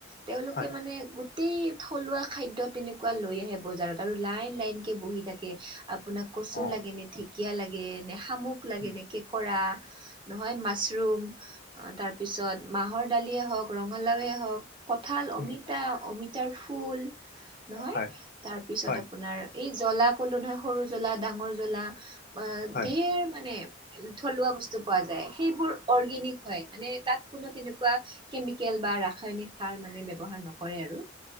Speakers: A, on the right (about 25°); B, on the left (about 50°).
A: তেওঁলোকে
B: হয়
A: মানে গোট গোটেই থলুৱা খাদ্য তেনেকুৱা লৈ আহে বজাৰত আৰু লাইন লাইনকে বহি থাকে। আপোনাক কচু
B: অ
A: লাগে নে? ঢেঁকীয়া লাগে নে শামুক লাগে
B: উম
A: নে কেঁকোৰা নহয় মাছ ৰুম, অ তাৰপিছত মাহৰ দালিয়ে হওঁক ৰঙালাৱে হওঁক। কঁঠাল, অমিতা,
B: উম
A: অমিতাৰ ফুল। নহয়
B: হয়
A: তাৰপিছত
B: হয়
A: আপোনাৰ এই জ্বলা কলো নহয় সৰু জ্বলা ডাঙৰ জ্বলা অ
B: হয়
A: ধেৰ মানে থলুৱা বস্তু পোৱা যায়। সেইবোৰ অৰ্গেনিক হয় মানে তাত কোনো তেনেকুৱা কেমিকেল বা ৰাসায়নিক সাৰ মানে ব্যৱহাৰ নকৰে আৰু